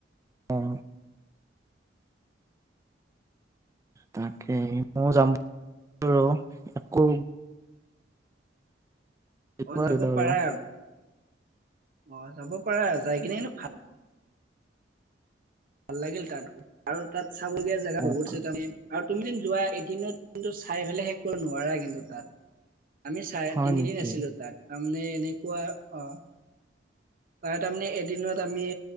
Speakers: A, on the right (about 15°); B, on the right (about 50°).
A: অঁ। তাকে মই যাম বাৰু একো হেৰি
B: অ
A: কৰা
B: যাব
A: দিলো আৰু
B: পাৰা অ যাব পাৰা যাই কিনে ভাত ভাল লাগিল তাত আৰু তাত চাবলিয়ীয়া জেগা
A: অ',
B: বহুত আ তাৰমানে আৰু তুমি যেন যোৱা এদিনত কিন্তু চাই পেলাই শেষ কৰিব নোৱাৰা কিন্তু তাত। আমি চাৰে
A: হয়
B: তিনিদিন
A: নেকি?
B: আছিলো তাত তাৰমানে এনেকুৱা অ। তাত তাৰমানে এদিনত আমি